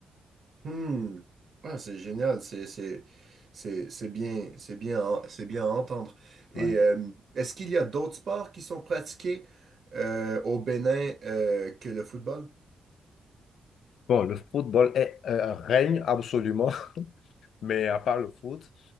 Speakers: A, on the right; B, on the left.
A: Hmm. Ah, c'est génial, c'est c'est- c'est- c'est bien, c'est bien, à- c'est bien à entendre. Et
B: Ouais.
A: euh, est-ce qu'il y a d'autres sports qui sont pratiqués euh, au Bénin euh, que le football?
B: Bon, le football est- euh, règne absolument, <laughs> mais à part le foot,